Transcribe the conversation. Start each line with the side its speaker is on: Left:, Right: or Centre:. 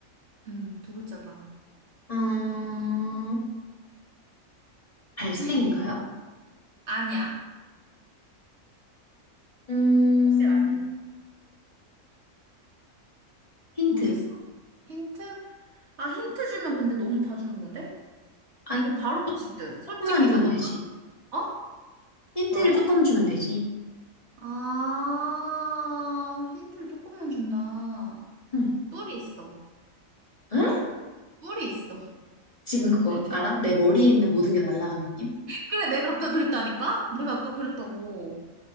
Right: 음, 두 글자다.
Left: 음, 갈색인가요?
Right: <laughs> 아니야.
Left: 음,
Right: 사실 아니야.
Left: 힌트.
Right: 모르겠어. 힌트? 아, 힌트 주면 근데 너무 다 주는 건데?
Left: 안,
Right: 이거 바로 맞출
Left: 조-
Right: 듯. 솔직히
Left: 조금만 주면
Right: 이거 너,
Left: 되지.
Right: 어?
Left: 힌트를
Right: 뭐라고?
Left: 조금 주면 되지.
Right: 아, 힌트를 조금만 준다.
Left: 응.
Right: 뿔이 있어.
Left: 응?
Right: 뿔이 있어.
Left: 지금 그거 알아? 내 머리에 있는 모든 게 날아간 느낌?
Right: 그래, 내가 아까 그랬다니까? 내가 아까 그랬다고.